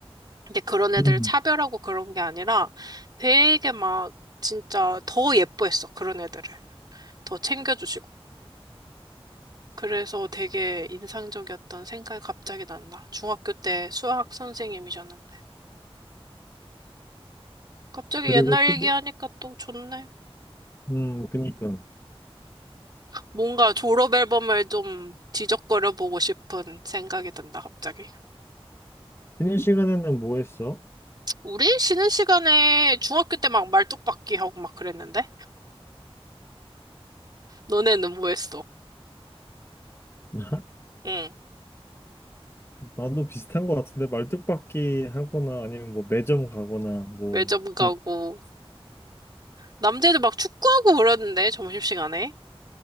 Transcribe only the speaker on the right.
근데 그런 애들을
차별하고 그런 게 아니라 되게 막 진짜 더 예뻐했어. 그런 애들을. 더 챙겨주시고. 그래서 되게 인상적이었던 생각이 갑자기 난다. 중학교 때 수학 선생님이셨는데. 갑자기
옛날 얘기하니까
또 좋네.
뭔가 졸업 앨범을 좀 뒤적거려 보고 싶은 생각이 든다, 갑자기.
우리 쉬는 시간에 중학교 때 막 말뚝박기 하고 막 그랬는데? 너네는 뭐 했어?
응.
매점
가고. 남자애들 막 축구하고 그러는데, 점심시간에.